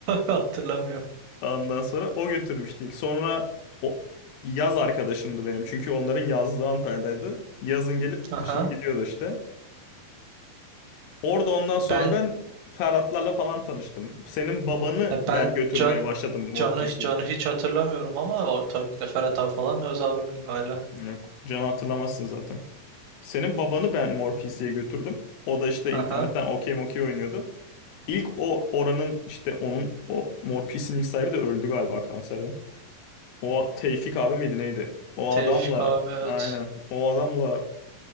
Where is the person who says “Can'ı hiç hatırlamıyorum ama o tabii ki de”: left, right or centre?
Right